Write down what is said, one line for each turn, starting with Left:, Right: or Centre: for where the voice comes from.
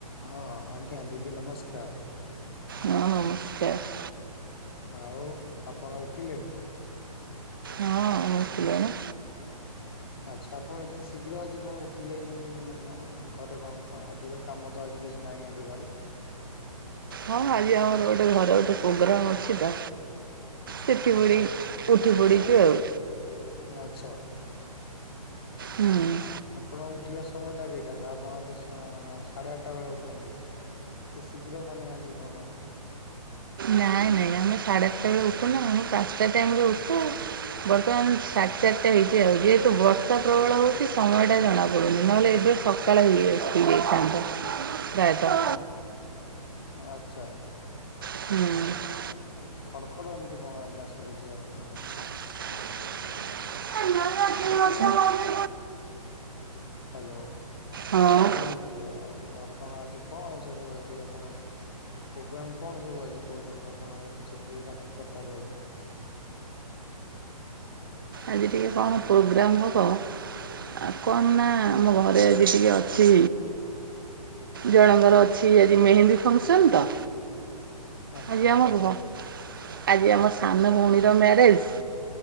Left: ହଁ ଆଜ୍ଞା ଦିଦି ନମସ୍କାର।
Right: ହଁ ନମସ୍କାର।
Left: ଆଉ ଆପଣ ଉଠିଲେଣି।
Right: ହଁ ଉଥିଲିଣି।
Left: ଆଚ୍ଛା ଆପଣ ଏତେ ଶୀଘ୍ର ଆଜି କଣ ଉଠି ଯାଇଛନ୍ତି ମାନେ କଣ ଘରେ କଣ ଅଧିକ କାମ ତ ଆଜି କିଛି ନାହିଁ ଆଜି ଘରେ।
Right: ହଁ ଆଜି ଆମର ଗୋଟେ ଘରେ ଗୋଟେ ପୋଗ୍ରାମ ଅଛି ତ। ସେଥିପାଇଁ
Left: ଆ-
Right: ଉଠି ପଡ଼ିଚି
Left: ଆ-
Right: ଆଉ।
Left: ଆଚ୍ଛା।
Right: ହୁଁ।
Left: ଆପଣ ଉଠିବା ସମୟଟା କେଇଟା ତ ଆପଣ ତ ସା ସାଢ଼େ ଆଠଟା ବେଳେ ଉଠନ୍ତି। ଏତେ ଶୀଘ୍ର ମାନେ ଆଜି କଣ।
Right: ନାଇଁ ନାଇଁ ଆ ମୁଁ ସାଢେ ଆଠଟା ବେଳେ ଉଠୁନୁ ଆମେ ପାଞ୍ଚଟା ଟାଇମ ରେ ଉଠେ। ବର୍ତ୍ତମାନ ସାଢେ ଚାରିଟା ହେଇଛି ଆଉ ଯେହେତୁ ବର୍ଷା ପ୍ରବଳ ହଉଛି ସମୟ ଟା ଜଣା ପଡୁନି ନହେଲେ ଏବେ ସକାଳ ହେଇଯାଇଥାନ୍ତା ପ୍ରାୟତ।
Left: ହଁ ଆଚ୍ଛା।
Right: ହୁଁ।
Left: ଉଁ ଖଡ଼ ଖଡ଼ ଏମିତି କଣ ଆଜ୍ଞା ଶୁଭୁଛି ଆପଣଙ୍କ ଏଇଠି।
Right: <unintelligible> <inaudible>
Left: ହାଲୋ।
Right: ହଁ।
Left: କୁହନ୍ତୁ ଆଉ ଆପଣ ଆଜି କଣ ସବୁ ଆଜି ଆପଣ ପୋଗ୍ରାମ କଣ ସବୁ ଆଜି କହୁଛନ୍ତି ଆପଣ ଉଠିଛନ୍ତି ରାତି ଚାରିଟାରୁ ଆଜି।
Right: ଆଜି ଟିକେ କଣ ପୋଗ୍ରାମ୍ ହବ। ଆଉ କଣ ନା ଆମ ଘରେ ଆଜି ଟିକେ ଅଛି। ଜଣଙ୍କର ଅଛି ଆଜି ମେହେନ୍ଦୀ ଫଙ୍କସନ ତ।
Left: ଆଚ୍ଛା
Right: ଆଜି ଆମ ଘ ଆଜି ଆମ ସାନ ଭଉଣୀର ମ୍ୟାରେଜ।